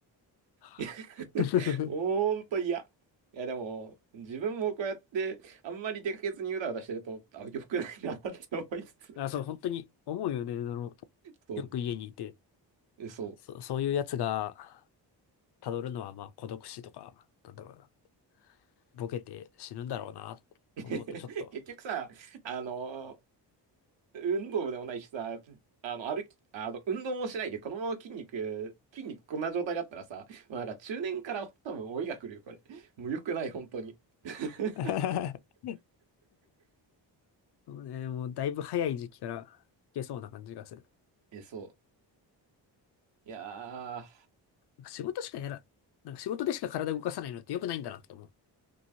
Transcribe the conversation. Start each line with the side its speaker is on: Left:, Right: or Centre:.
Left: はあ
Right: <laughs>
Left: <laughs>
Right: ほんと嫌。いや、でも、自分もこうやって、あんまり出かけずにうだうだしてると、あ、良くないなって思いつつ。
Left: あ、そう、本当に思うよね。あの、
Right: そ
Left: よく家にいて、
Right: う、そ
Left: そう、そういうやつが辿るのはまあ孤独死とか、なんだろうな、ボケて死ぬんだろうなって思うとちょっと。
Right: う。<laughs> 結局さ、あの、運動部でもないしさ、あの、歩き、あの、運動もしないで、このまま筋肉、筋肉こんな状態だったらさ、もうなんか中年から多分老いが来るよ、これ。もう良くない、本当に。<laughs>
Left: <laughs> そうね、もうだいぶ早い時期からいけそうな感じがする。
Right: え、そう。いやー、
Left: なんか仕事しかやら、なんか仕事でしか体動かさないのって良くないんだなって思う。